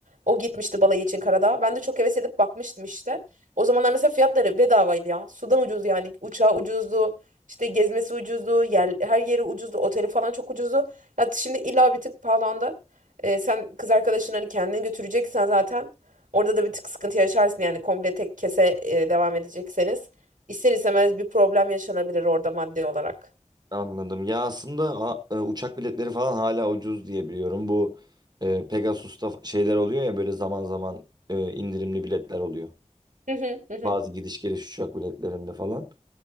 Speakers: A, on the right; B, on the right.
A: O gitmişti balayı için Karadağ'a. Ben de çok heves edip bakmıştım işte. O zamanlar mesela fiyatları bedavaydı ya. Sudan ucuz yani. Uçağı ucuzdu. İşte gezmesi ucuzdu. Yer, her yeri ucuzdu. Oteli falan çok ucuzdu. Ya şimdi illa bir tık pahalandı. Ee, sen kız arkadaşın hani kendini götüreceksen zaten orada da bir tık sıkıntı yaşarsın yani komple tek kese e, devam edecekseniz. İster istemez bir problem yaşanabilir orada maddi olarak.
B: Anladım. Ya aslında a- e, uçak biletleri falan hala ucuz diye biliyorum. Bu e, Pegasus'ta şeyler oluyor ya böyle zaman zaman e, indirimli biletler oluyor.
A: Hı hı hı. hı.
B: Bazı gidiş geliş uçak biletlerinde falan.